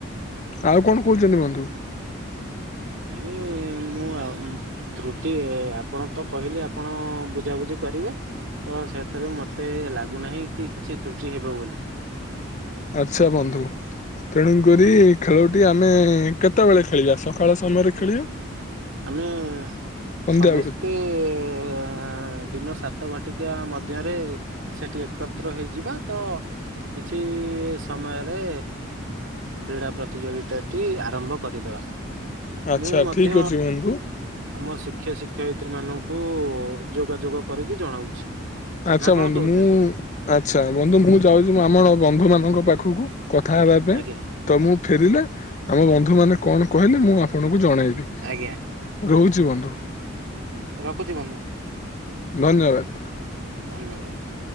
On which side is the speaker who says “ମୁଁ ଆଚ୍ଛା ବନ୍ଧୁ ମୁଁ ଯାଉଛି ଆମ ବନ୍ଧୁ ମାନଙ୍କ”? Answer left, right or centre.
Left